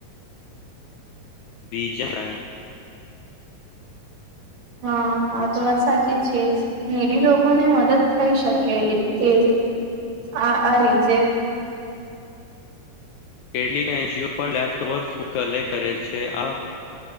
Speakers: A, on the left; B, on the right.
A: બી જલા <inaudible>
B: હા આ તો વાત સાચી છે. નીડી લોકો ને મદદ થઈ શકે એ એ આ આ રીતે.
A: <unintelligible> એન જી ઓ પણ લેફ્ટઓવર ફૂડ કલેક્ટ કરે છે આ